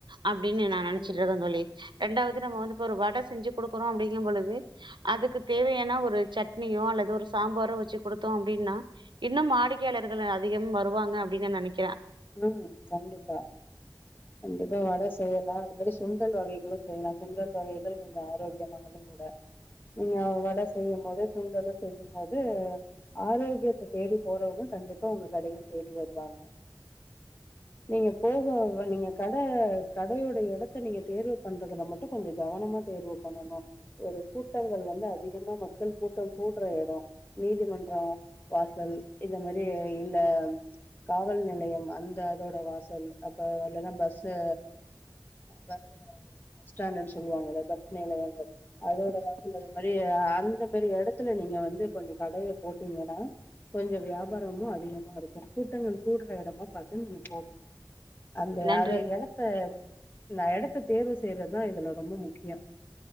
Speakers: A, on the right; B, on the left.
A: அப்படின்னு நா நெனைச்சிட்டு
B: ம்
A: இருக்கெ தோழி ரெண்டாவ் ந வந்து வடை செஞ்சு கொடுக்கறோ அப்படிங்கும் போது அதுக்கு தேவையான ஒரு சட்னியோ அல்லது ஒரு சாம்பாரோ வச்சு கொடுக் தோ அப்டின்னா இன்னு வாடிக்கையாளர்கள் அதிகம் வருவாங்க அப்டின்னு நா நெனைக்
B: உம் கண்டிப்பா கண்டிப்பா வடை செய்யலா அது மாதிரி சுண்டல் வகைகளு செய்யலா சுண்டல் வகைகள் கொஞ்ச ஆரோக்கியமானது கூட நீங்க வடை செய்யும் போது சுண்டலு செய்யும்போது ஆரோக்கியத்தை தேடி போறவங்க கண்டிப்பா உங்க கடயு தேடி வருவாங்க நீங்க போக நீங்க கட கடையோட எடத்த நீங்க தேர்வு பண்றதுல மட்டும் கொஞ்சம் கவனமா தேர்வு பண்ணணும் ஒரு கூட்டங்கள் வந்து அதிகமா மக்கள் கூட்டம் கூடுற எட நீதிமன்ற வாசல் இத மாரி இல்ல காவல் நிலையம் அந்த அதோட வாசல் அப்ப இல்லைன்னா பஸு பஸ் பஸ் ஸ்டாண்டன்னு சொல்லுவாங்க பஸ் நிலையங்கள் அதோட வாசல் அது மாதிரி அந்த மாரி எடத்துல நீங்க வந்து கொஞ்ச கடையை போட்டீங்கன்னா கொஞ்ச வியாபாரமு அதிகமா இருக்கு கூட்டங்கள் கூடுற இடமா பாத் து நீங்க போடணு அந்த
A: நன்றி
B: அத எடத்த நா டத்த தேர்வு செய்யறதுதா இதுல ரொம்ப முக்கியோ